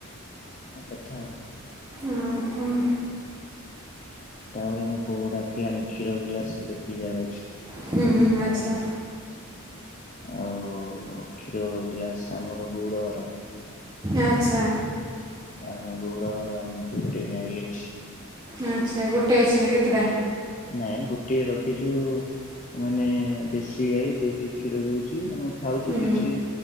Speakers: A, on the left (about 35°); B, on the right (about 20°).
A: <unintelligible> କଥା ଆଉ।
B: ଆଉ କଣ
A: ତାପରେ ମୋ ବୋଉକୁ ଡାକି ଆଣି କ୍ଷୀର ଗ୍ଲାସ୍ ରେ ପିଇବାର ଅଛି।
B: ହୁଁ ହୁଁ ଆଚ୍ଛା।
A: ଆଉ ଆଉ କ୍ଷୀର ଗ୍ଲାସ ଆମର ଗଉଡ ଘର।
B: ଆଚ୍ଛା।
A: ଆମ ଗଉଡର ଆମ ବି ଗୋଟେ ଗାଈ ଅଛି।
B: ଆଚ୍ଛା ଗୋଟେ ଅଛି ନା କେତେଟା?
A: ନାଇଁ ଗୋଟିଏ ରଖିଛୁ। ମାନେ ଦେଶୀ ଗାଈ ଯେକି କ୍ଷୀର ଦଉଛି ଆମେ ଖାଉଛୁ
B: ହୁଁ
A: କିଛି।